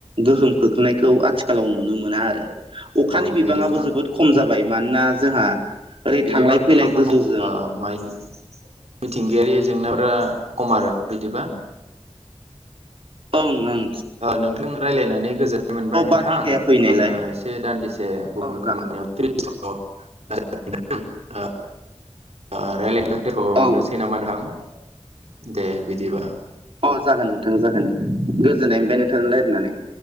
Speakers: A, on the right; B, on the right.
A: गोहोम खोख्लैनायखौ आथिखालाव नुनो मोना आरो। अखानि
B: अ
A: बिबाङाबो
B: बिदिबा
A: जोबोद खम जाबाय मानोना जोंहा ओरै
B: बिदिबा
A: थांलाय
B: नोंथांमोननि
A: फैलाय गोजौजों
B: माइनि मिथिंगायारि जेंनाफोरा खम आरो बिदिबा?
A: ओं ओंं।
B: नोंथां रायज्लायनानै गोजोननाय मोनबाय नोंथां
A: बारहुंखाया फैनायलाय
B: आङो एसे दान्दिसे गुबुन
A: औ जागोन
B: खामानियाव <unintelligible> दथ'नोसै
A: औ
B: नामा नोंथां दे बिदिबा
A: औ जागोन नोंथां जागोन गोजोननाय मोनफ्राय नोंथांजों राय्लायनानै